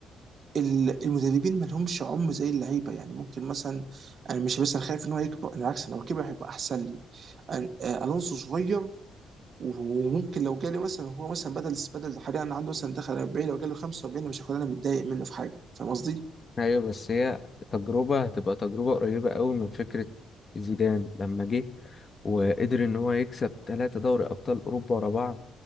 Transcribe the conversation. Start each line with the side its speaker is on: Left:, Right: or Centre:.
Right: ال- المدربين ما لهمش عمر زي اللعيبه يعني ممكن مثلا انا مش بس انا خايف ان هو يكبر انا بالعكس لو كبر هيبقى احسن لي ال- آه، الونسو صغير وممكن لو جالي مثلا هو مثلا بدل بدل حاليا عنده مثلا دخل 40 لو جاله 45 أنا مش هكون انا متضايق منه في حاجه فاهم قصدي؟
Left: ايوه بس هي تجربة هتبقى تجربة قريبة قوي من فكرة زيدان لما جه وقدر ان هو يكسب ثلاثة دوري ابطال اوروبا ورا بعض